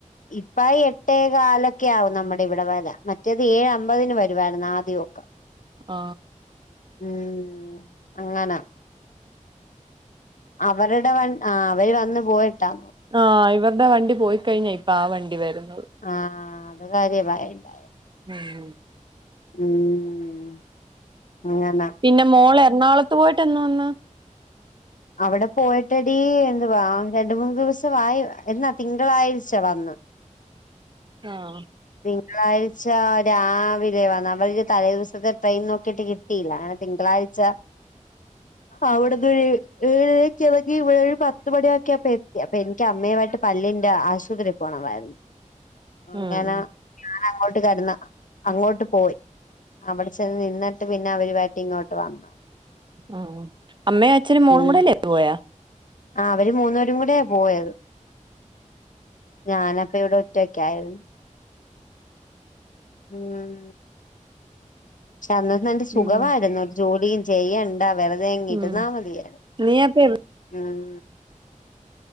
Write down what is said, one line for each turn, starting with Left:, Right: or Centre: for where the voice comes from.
Left: ഇപ്പയിഎട്ടേ കാലൊക്കെ ആവും നമ്മടെ ഇവിടെ വരാൻ മറ്റേത് ഏഴ് അമ്പതിന് വരുവായിരുന്നു ആദ്യോക്കെ <inaudible>
Right: ഓ
Left: ഉം അങ്ങനാ അവരുടെ വൺ ആ അവര് വന്നു പോയിട്ടാ
Right: ആ ഇവരുടെ വണ്ടി പോയിക്കഴിഞ്ഞാ ഇപ്പാവണ്ടി വരുന്നുള്ള
Left: ആഹ് അത് കാര്യ പറയണ്ട
Right: ഉം
Left: ഉം അങ്ങനെ
Right: പിന്നെ മോൾ എറണാകുളത്ത് പോയിട്ട് എന്ന് വന്ന്
Left: അവിടെ പോയിട്ടെടി എന്തുവാ രണ്ട് മൂന്ന് ദിവസവായി എന്നാ തിങ്കളാഴ്ച വന്ന്
Right: ആഹ്
Left: തിങ്കളാഴ്ച രാവിലെ വന്ന് അവര് തലേ ദിവസത്തെ ട്രെയിൻ നോക്കിയിട്ട് കി ട്ടിയില്ല അങ്ങനെ തിങ്കളാഴ്ച അവിടന്ന് ഒരു ഏഴക്കെ ഇളകി അവിടെന്നോര് ഏഴരക്കേറങ്ങി ഏഴ് പത്ത് മണിയൊക്കെയാപ്പോത്തി അപ്പൊ എനിക്ക് അമ്മയുവായിട്ട് പല്ലിന്റെ ആശുപത്രിയി പോണവായിരുന്ന് അങ്ങന
Right: ഉം
Left: ഞൻ അങ്ങോട്ട് കടന്ന് അങ്ങോട്ട് പോയി അവിടെ ചെന്ന് നിന്നിട്ട് പിന്നെ അവരുവായിട്ടിങ്ങോട്ട് വന്ന്
Right: ഉം അമ്മയും അച്ഛനും മോളും
Left: ഉം
Right: കൂടെയല്ലേ പോയാ
Left: ആ അവര് മൂന്ന്പേരും കൂടെയാ പോയത് ഞാനപ്പ ഇവിടെ ഒറ്റക്കായിരുന്ന് ഉം പക്ഷെ അന്ന് നല്ലെ സുഖവായിരുന്നു
Right: ഉം
Left: ഒരുജോലിയും ചെയ്യ വേർതേയങ്ങിരുന്നാ
Right: ഉം
Left: മതിയാര്ന്ന്
Right: നീ അപ്പ
Left: ഉം